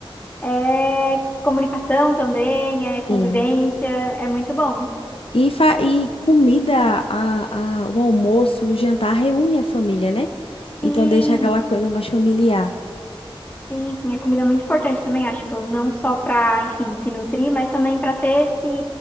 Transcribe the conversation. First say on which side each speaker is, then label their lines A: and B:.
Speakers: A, on the left (about 20°); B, on the left (about 75°).
A: é comunicação também, é convivência,
B: Sim.
A: é muito bom.
B: E, fa e comida, a, a, o almoço, o jantar reúne a família, né?
A: Sim,
B: Então deixa aquela coisa mais familiar.
A: Sim, sim, a comida é muito importante também, acho, tipo, não só para, enfim, se nutrir, mas também para ter esse,